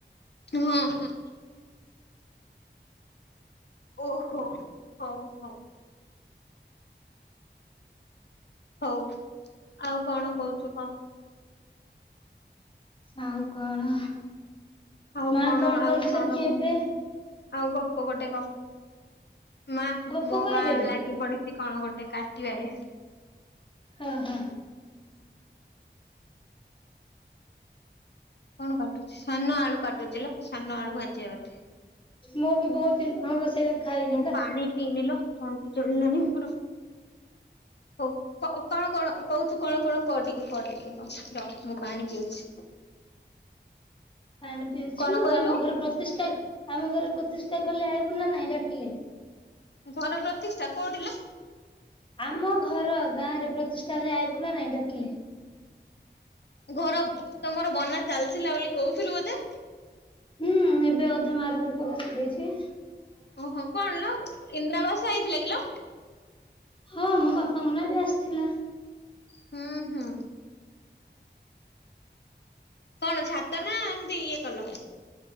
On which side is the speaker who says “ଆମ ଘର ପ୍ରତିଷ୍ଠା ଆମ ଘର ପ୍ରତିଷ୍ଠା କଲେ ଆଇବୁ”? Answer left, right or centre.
Left